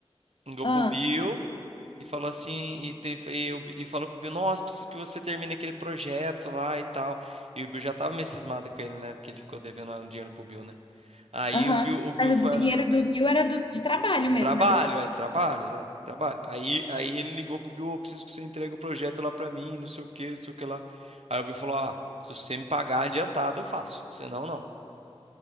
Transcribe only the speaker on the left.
Ah,
aham.
Mas o
do dinheiro do Bill era do, de trabalho mesmo,
né? que ele tava-